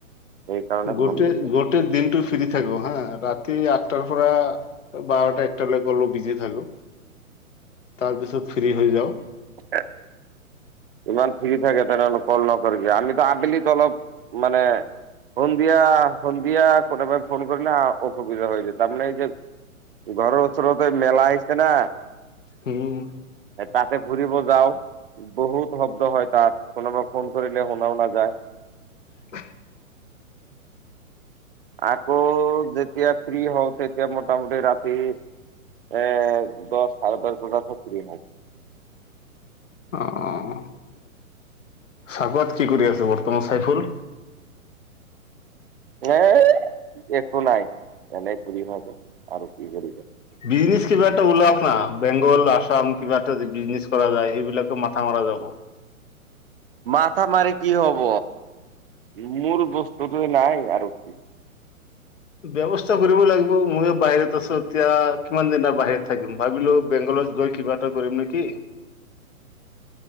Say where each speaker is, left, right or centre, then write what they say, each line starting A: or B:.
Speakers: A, on the right; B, on the left.
A: সেইকাৰণে
B: গোটেই-গোটেই
A: ফোন দিলো
B: দিনটো ফ্ৰী থাকো হা। ৰাতি আঠটাৰ পৰা বাৰটা একটালৈকে অলপ বিজি থাকোঁ। তাৰ পিছত ফ্ৰী হৈ যাওঁ।
A: <inaudible> ইমান ফ্ৰী থাকে, তেনেহ'লে কল নকৰে কিয়? আমিতো আবেলিত অলপ মানে, সন্ধিয়া-সন্ধিয়া কোনবাই ফোন কৰিলে অসুবিধা হৈ যায়, তাৰমানে এই যে ঘৰৰ ওচৰতে মেলা আহিছে না।
B: উম।
A: তাতে ফুৰিব যাওঁ বহুত। শব্দ হয় তাত, কোনোবাই ফোন কৰিলে শুনাও নাযায়।
B: <inaudible>
A: আকৌ যেতিয়া ফ্ৰী হওঁ, তেতিয়া মোটামুটি ৰাতি এ, দহ-চাৰে দহ বজাতহে ফ্ৰী হওঁ।
B: অ' চাবুৱাত কি কৰি আছে বৰ্তমান চাইফুল?
A: এ একো নাই, এনে ফুৰি থাকোঁ, আৰু কি কৰিব?
B: বিজনেছ কিবা এটা ওলাৱক না? বেংগল-আসাম কিবা এটা যদি বিজনেছ কৰা যায়। সেইবিলাক মাথা পোৱা যাব।
A: মাথা মাৰি কি হব? মোৰ বস্তুটোৱে নাই আৰু কি।
B: ব্যৱস্থা কৰিব লাগিব, ময়ো বাহিৰত আছোঁ এতিয়া কিমান দিনৰ বাহিৰত থাকিম। ভাবিলো বেংগল কলেজ গৈ কিবা এটা কৰিম নেকি?